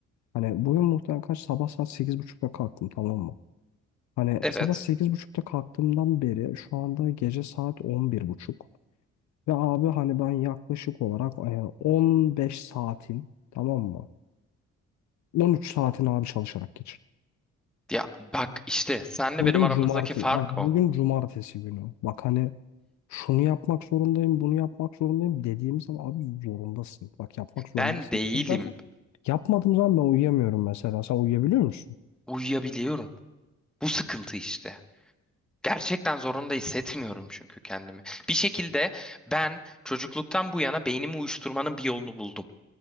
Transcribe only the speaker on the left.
Hani bugün muhtemelen kaç sabah saat sekiz buçukta kalktım tamam mı? Hani
sabah sekiz buçukta kalktığımdan beri şu anda gece saat on bir buçuk Ve abi hani ben yaklaşık olarak e, 15 saatin tamam mı? 13 saatin abi çalışarak geçirdim.
Bugün
cumartesi,
abi
bugün cumartesi günü. Bak hani şunu yapmak zorundayım, bunu yapmak zorundayım dediğim zaman abi zorundasın. Bak yapmak zorundasın.
Çünkü zaten yapmadığım zaman ben uyuyamıyorum mesela. Sen uyuyabiliyor musun?